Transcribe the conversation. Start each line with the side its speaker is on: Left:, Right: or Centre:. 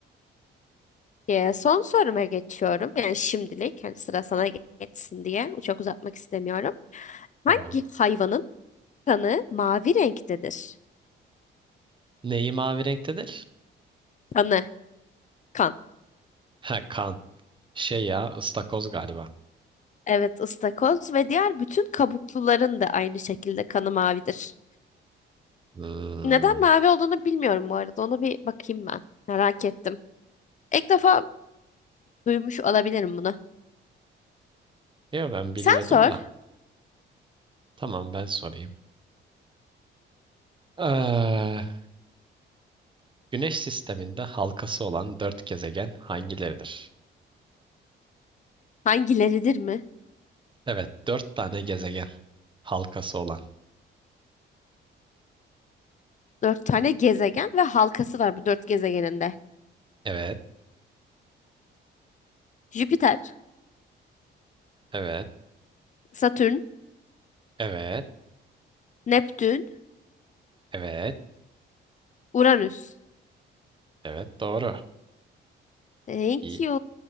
Left: Ee, son soruma geçiyorum. Yani şimdilik hani sıra sana geçsin diye çok uzatmak istemiyorum. Hangi
Right: Tamam.
Left: hayvanın kanı mavi renktedir?
Right: Neyi mavi renktedir?
Left: Kanı, kan.
Right: Ha kan. Şey ya ıstakoz galiba.
Left: Evet, ıstakoz ve diğer bütün kabukluların da aynı şekilde kanı mavidir.
Right: Hmm.
Left: Neden mavi olduğunu bilmiyorum bu arada. Onu bir bakayım ben. Merak ettim. İlk defa duymuş olabilirim bunu.
Right: Yo ben biliyordum
Left: Sen sor.
Right: da. Tamam ben sorayım. Ee, Güneş sisteminde halkası olan dört gezegen hangileridir?
Left: Hangileridir mi?
Right: Evet, dört tane gezegen halkası olan.
Left: Dört tane gezegen ve halkası var bu dört gezegeninde.
Right: Evet,
Left: Jüpiter,
Right: evet,
Left: Satürn,
Right: evet,
Left: Neptün,
Right: evet,
Left: Uranüs.
Right: evet, doğru.
Left: Thank
Right: İyi.
Left: you.